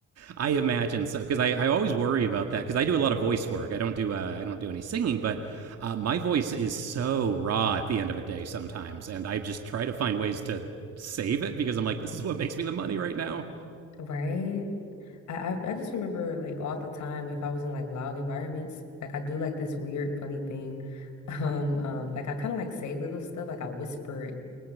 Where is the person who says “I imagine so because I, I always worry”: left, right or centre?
Right